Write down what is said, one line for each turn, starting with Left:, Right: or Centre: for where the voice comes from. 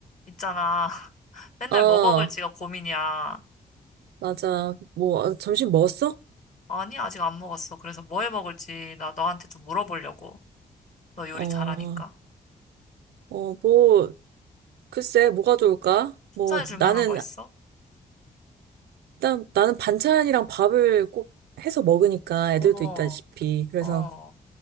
Left: 있잖아. <laughs> 맨날
Right: 어,
Left: 뭐 먹을지가 고민이야.
Right: 맞아. 뭐, 아, 점심 먹었어?
Left: 아니, 아직 안 먹었어. 그래서 뭐 해 먹을지 나 너한테 좀 물어보려고. 너 요리
Right: 어,
Left: 잘하니까.
Right: 어, 뭐, 글쎄, 뭐가 좋을까?
Left: 추천해
Right: 뭐,
Left: 줄
Right: 나는,
Left: 만한 거 있어?
Right: 일단, 나는 반찬이랑 밥을 꼭 해서 먹으니까 애들도
Left: 어,
Right: 있다시피. 그래서
Left: 어,